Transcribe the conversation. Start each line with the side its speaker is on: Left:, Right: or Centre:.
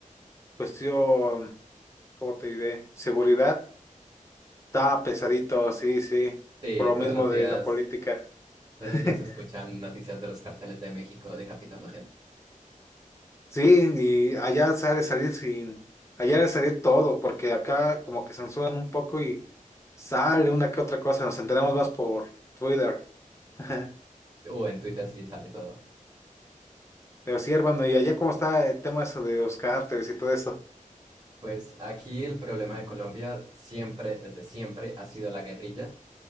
Left: cuestión, ¿cómo te diré? Seguridad. Está pesadito, sí, sí.
Right: Sí,
Left: Por lo mismo
Right: todos los días,
Left: de la política.
Right: todos
Left: <laughs>
Right: los días se escuchan noticias de los carteles de México decapitando gente.
Left: Sí, y allá sale salir sin, allá sale salir todo, porque acá como que censuran un poco y sale una que otra cosa, nos enteramos más por Twitter. <laughs>
Right: O en Twitter sí sale todo.
Left: Pero sí, hermano, ¿y allá cómo está el tema eso de los cárteles y todo eso?
Right: Pues aquí el problema de Colombia siempre, desde siempre, ha sido la guerrilla,